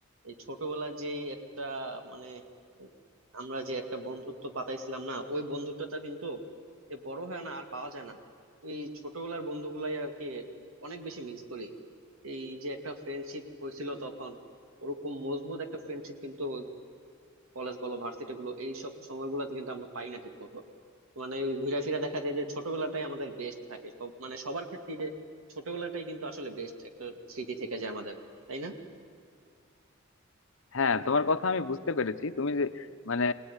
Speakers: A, on the right; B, on the left.
A: এই ছোটবেলার যে একটা মানে আহ, আমরা যে একটা বন্ধুত্ব পাতাইছিলাম না ওই বন্ধুত্বটা কিন্তু এ বড় হয় না আর পাওয়া যায় না ওই ছোটবেলার বন্ধুগুলাই আর কি অনেক বেশি মিস করি এই যে একটা ফ্রেন্ডশিপ হয়েছিল তখন ওরকম মজবুত একটা ফ্রেন্ডশিপ কিন্তু কলেজ বলো ভার্সিটি গুলো এইসব সময়গুলোতে কিন্তু আমরা পাই না ঠিক মতো মানে ওই ঘুরে ফিরে দেখা যায় যে ছোটবেলাটাই আমাদের বেস্ট থাকে সব মানে সবার ক্ষেত্রে যে ছোটবেলাটাই কিন্তু আসলে বেস্ট একটা স্মৃতি থেকে যায় আমাদের তাই না
B: হ্যাঁ তোমার কথা আমি বুঝতে পেরেছি তুমি যে মানে